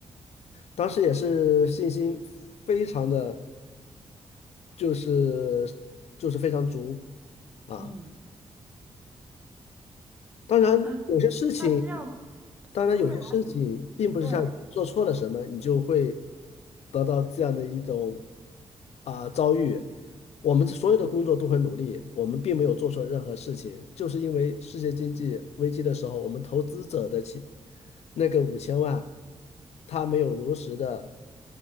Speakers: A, on the left (about 70°); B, on the right (about 15°).
A: 当时也是信心非常的，就是就是非常足啊。
B: 嗯
A: 当然，
B: 啊，
A: 有些事情，
B: 那这样
A: 当然有些事情，
B: 突然
A: 并不是像做错了什么，
B: 对
A: 你就会得到这样的一种啊、遭遇。我们所有的工作都很努力，我们并没有做错任何事情，就是因为世界经济危机的时候，我们投资者的钱那个五千万，他没有如实的，